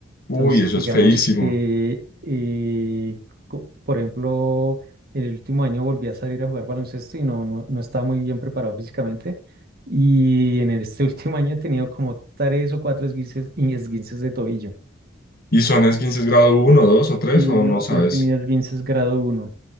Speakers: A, on the left; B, on the right.
A: Uy,
B: Entonces,
A: eso
B: digamos
A: es feísimo.
B: que, eh, co- por ejemplo, el último año volví a salir a jugar baloncesto y no, no, no estaba muy bien preparado físicamente. Y en este <laughs> último año he tenido como tres o cuatro esguinces, y esguinces de tobillo.
A: ¿Y son esguinces grado uno 2 o tres
B: Eh,
A: o
B: no,
A: no
B: solo
A: sabes?
B: he tenido esguinces grado uno